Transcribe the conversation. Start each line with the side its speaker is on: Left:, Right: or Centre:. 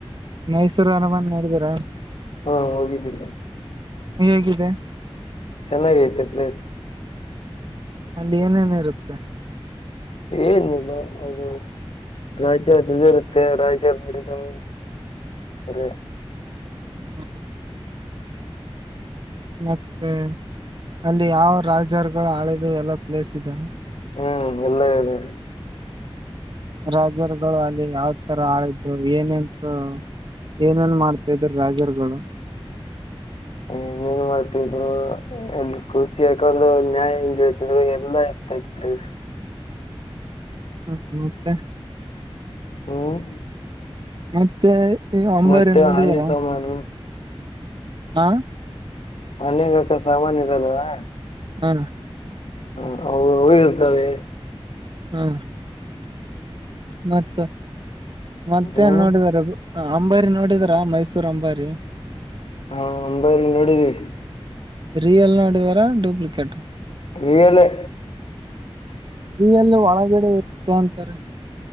Right: ಮೈಸೂರು ಅರಾಮನೆ ನೋಡಿದೀರ
Left: ಹಾ ಹೋಗಿದ್ದೀನಿ
Right: ಹೇಗಿದೆ
Left: ಚೆನ್ನಾಗೈತೇ ಪ್ಲೇಸ್
Right: ಅಲ್ಲಿ ಏನೇನೋ ಇರುತ್ತೆ
Left: ಏನಿಲ್ಲ ಅದು ರಾಜ್ಯ ಅದ ಇರುತ್ತೆ ರಾಜ್ಯ ಮಾಡಿದಿದಾದ <unintelligible>
Right: ಹ್ಮ್ ಮತ್ತೆ ಅಲ್ಲಿ ಯಾವ ರಾಜರುಗಳು ಆಳಿದ ಎಲ್ಲ ಪ್ಲೇಸ್ ಇದಾನ
Left: ಹ್ಮ್ ಎಲ್ಲ ಇದೆ
Right: ರಾಜರುಗಳು ಅಲ್ಲಿ ಯಾವ ತರ ಆಳಿದ್ದು ಏನಂತೂ ಏನೇನ್ ಮಾಡ್ತಾದರು ರಾಜರುಗಳು
Left: ಏನೇನ್ ಮಾಡ್ತಿದ್ರು ಎಲ್ಲಿ ಕುೂರ್ಚಿ ಯಾಕಂದು ನ್ಯಾಯ ಹೆಂಗ್ ಹೇಳ್ತಿದ್ರು ಎಲ್ಲಾ ಇಗ್ತತ್ ಪ್ಲೀಸ್
Right: ಹ್ಮ ಮತ್ತೆ
Left: ಹ್ಮ್
Right: ಮತ್ತೆ ಈ ಅಂಬಾರಿ
Left: ಮತ್ತೆ
Right: ನೋಡಿದಾರಾ
Left: ಆನೆ ಸಾಮಾನು
Right: ಹಾ
Left: ಅನಗಕ ಸಾಮನ್ ಇರಲ್ವಾ
Right: ಹಾ
Left: ಹ್ಮ ಹರ್ತದೆ
Right: ಹಾ ಮತ್ತ ಮತ್ತೆನ್
Left: ಹ್ಮ್
Right: ನೋಡಿದರದು ಹ ಅಂಬಾರಿ ನೋಡಿದರಾ ಮೈಸೂರ್ ಅಂಬಾರಿ
Left: ಹಾ ಅಂಬರಿ ನೋಡಿದೀವಿ
Right: ರಿಯಲ್ ನೋಡಿವರಾ ಡ್ಯೂಪ್ಲಿಕೇಟ್
Left: ರಿಯಲೇ
Right: ಈ ಎಲ್ಲಿ ಒಳಗಡೆ ಇರುತ್ತೆ ಅಂತಾರೆ